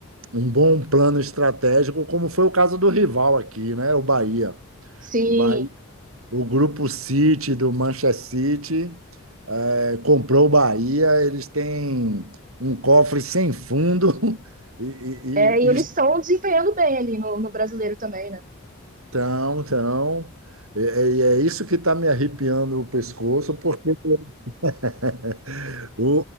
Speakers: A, on the right; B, on the right.
A: um bom plano estratégico, como foi o caso do rival aqui, né? O Bahia.
B: Sim.
A: O Bahia o grupo City do Manchester City eh, comprou o Bahia. Eles têm um cofre sem fundo <laughs> e,
B: É, e
A: e-
B: eles
A: e
B: estão desempenhando bem ali no, no brasileiro também, né?
A: estão, estão. E e é isso que está me arrepiando o pescoço, porque <laughs> o,